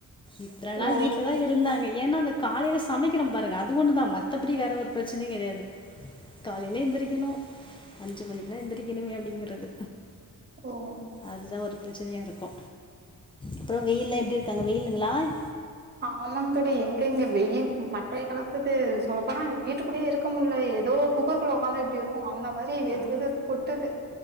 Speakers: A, on the left; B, on the right.
A: இத்தன நாள்
B: ஓ
A: வீட்ல தா இருந்தாங்க ஏனா அந்த காலேல சமைக்கிறோ பாருங்க அது ஒன்னு தா மத்தபடி வேற ஒரு பிரச்சனையு கெடையாது காலேல எந்திரிக்கணு அஞ்சி மணிக்கு எல்லா எந்திரிக்கணுமே அப்டிங்கிறது
B: ஓ ஓ
A: அதுதா ஒரு பிரச்சனையா இருக்கு அப்ரோ வெயில்லா எப்டி இருக்காங்க வெயில்லு இதுங்கலாய்
B: ஆமாங் தோழி எங்க இங்க வெயில் பட்டய கலப்புது சொல்லப்பேனா வீட்டுக்குள்ளே இருக் இருக்க முல்ல ஏதோ குக்கருக்குள்ள உக்காந்தா எப்டி இரு க்கு அந்த மாரி வெத்து
A: ஆ
B: வெத்து கொட்டுது